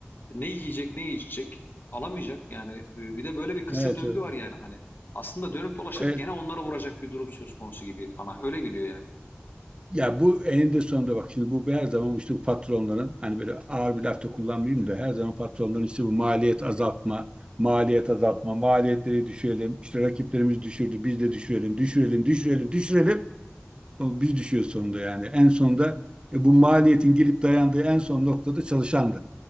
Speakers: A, on the left; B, on the right.
A: E ne yiyecek, ne içecek? Alamayacak yani. E, Bir de böyle bir kısır
B: Evet.
A: döngü
B: evet.
A: var yani hani. Aslında dönüp dolaşıp
B: E,
A: gene onları vuracak bir durum söz konusu gibi bana. Öyle geliyor yani.
B: Ya bu eninde sonunda bak şimdi bu her zaman işte bu patronların hani böyle ağır bir lafta kullanmayayım da her zaman patronların işte bu maliyet azaltma, maliyet azaltma, maliyetleri düşürelim, işte rakiplerimiz düşürdü biz de düşürelim, düşürelim, düşürelim, düşürelim. Ama Biz düşüyoruz sonunda yani. En sonunda e, bu maliyetin gelip dayandığı en son noktada çalışan